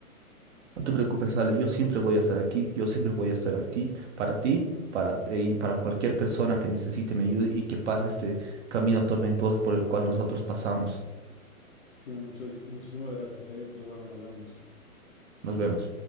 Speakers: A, on the right; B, on the left.
A: No te preocupes, Ale, yo siempre voy a estar aquí, yo siempre voy a estar aquí para ti, para eh, y para cualquier persona que necesite mi ayuda y que pase este camino tormentoso por el cual nosotros pasamos.
B: Sí, muchas, muchísimas gracias, eh. Pues bueno, nos vemos.
A: Nos vemos.